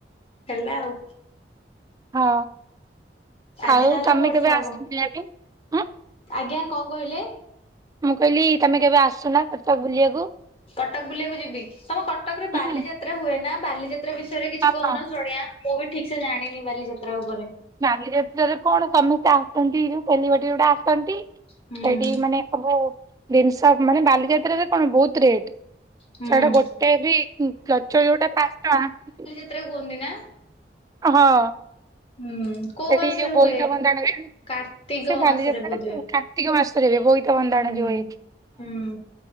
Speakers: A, on the left; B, on the right.
A: ହେଲା ଆଉ।
B: ହଁ।
A: ଆଜି
B: ଆଉ
A: ତାହେଲେ
B: ତମେ
A: ବଢିଆ
B: କେବେ ଆସିଥିଲ
A: ହବ
B: ଆଗେ ଉଁ।
A: ଆଜ୍ଞା କଣ କହିଲେ?
B: ମୁଁ କହିଲି ତମେ କେବେ ଆସୁନା କଟକ ବୁଲିବାକୁ?
A: କଟକ ବୁଲିବାକୁ ଯିବି ତମ କଟକ ରେ
B: ହୁଁ,
A: ବାଲିଯାତ୍ରା ହୁଏ ନା ବାଲିଯାତ୍ରା ବିଷୟରେ କିଛି
B: ହଁ
A: କହୁନ
B: ହଁ
A: ଶୁଣିଆ। ମୁଁ ବି ଠିକ୍ ସେ ଜାଣିନି ବାଲିଯାତ୍ରା ଉପରେ।
B: ନାଲି ଯାତ୍ରାରେ କଣ ସମସ୍ତେ ଆସନ୍ତି ଜଉ ସେଲିିବେତି ଗୋଡ଼ା ଆସନ୍ତି
A: ହୁଁ
B: ସେଠି ମାନେ ସବୁ ଜିନିଷ ମାନେ ବାଲିଯାତ୍ରରେ କଣ ବହୁତ୍ ରେଟ୍।
A: ହୁଁ।
B: ଛାଡ ଗୋଟେ ବି କଲଚର୍ ଯଉଟା ପାଞ୍ଚ ଟଙ୍କା
A: କେରେ କୁହନ୍ତି ନା।
B: ହଁ।
A: ହୁଁ କୋଉ
B: ସେଠି
A: ମାସରେ
B: ଯୋଉ ବୋଇତ
A: ହୁଏ?
B: ବନ୍ଦାଣ ହୁଏ
A: କାର୍ତ୍ତିକ
B: ସେ ବାଲିଯାତ୍ରାଟା
A: ମାସରେ ବୋଧେ
B: କେଉଁ ଠା କାର୍ତ୍ତିକ ମାସରେ ହୁଏ ବୋଇତ ବନ୍ଦାଣ
A: ହୁଁ।
B: ଯୋଉ ହୁଏ ଏଠି।
A: ହୁଁ